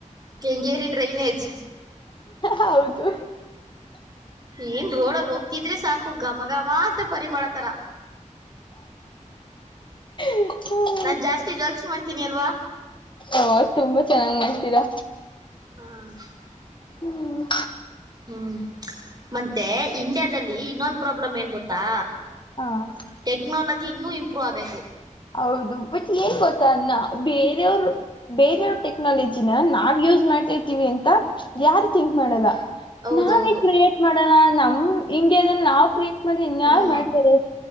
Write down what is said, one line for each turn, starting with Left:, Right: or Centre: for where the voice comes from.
Right: ಕೆಂಗೇರಿ ಡ್ರೈನೇಜ್
Left: ಹೌದು
Right: ಏನ್ ರೋಡಲ್ಲಿ ಹೋಗ್ತಿದ್ರೆ ಸಾಕು ಮಘಮ ಅಂತ ಪರಿಮಳ ತಾರ
Left: <unintelligible>
Right: ನಾನ್ ಜಾಸ್ತಿ ಜೋಕ್ಸ್ ಮಾಡ್ತೀನಿ ಅಲ್ವಾ
Left: ಓ ತುಂಬಾ ಚೆನ್ನಾಗ್ ಮಾಡ್ತೀರಾ
Right: ಹಾಂ
Left: ಹ್ಮ್
Right: ಹ್ಮ್ ಮತ್ತೆ ಇಂಡಿಯಾದಲ್ಲಿ ಇನ್ನೊಂದು ಪ್ರಾಬ್ಲಮ್ ಏನ್ ಗೊತ್ತಾ
Left: ಹ
Right: ಟೆಕ್ನಾಲಜಿ ಇನ್ನೂ ಇಂಪ್ರೂವ್ ಆಗ್ಬೇಕು
Left: ಹೌದು ಬಟ್ ಏನ್ ಗೊತ್ತ ಅನ್ನ ಬೇರೆಯವರು ಬೇರೆಯವ್ ಟೆಕ್ನಾಲಜಿನ ನಾವ್ ಯೂಸ್ ಮಾಡ್ತತಿವಿ ಅಂತ ಯಾರ್ ಥಿಂಕ್ ಮಾಡಲ್ಲ
Right: ಹೌದೌದು
Left: ನಾವೆ ಕ್ರಿಯೇಟ್ ಮಾಡೋಣ ನಮ್ ಹಿಂಗೆ ಅಂದ್ರೆ ನಾವ್ ಕ್ರಿಯೆಟ್ ಮಾಡ್ರಿ ಇನ್ಯಾರ್
Right: ಹ್ಮ್
Left: ಮಾಡ್ತಾರೆ